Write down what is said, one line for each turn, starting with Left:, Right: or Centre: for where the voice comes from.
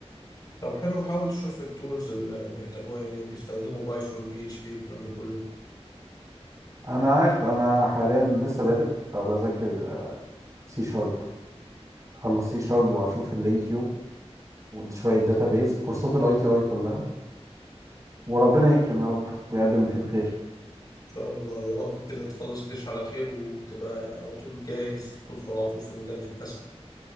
Left: طب حلو حاول تشوف التولز اللي بيحتاجوها يعني بيستخدموا بايثون بي اتش بي والكلام ده كله ان
Right: انا عارف انا حاليا لسه بادئ فبذاكر سي شارب خلص سي شارب واشوف اللينكيو وشويه داتابيز كورسات الاي تي اي كلها وربنا يكرم يا رب ويقدم اللي فيه الخير
Left: شاء الله يا رب كده تخلص الجيش على خير وتبقى على طول جاهز تدخل على طول في مجال تكتسب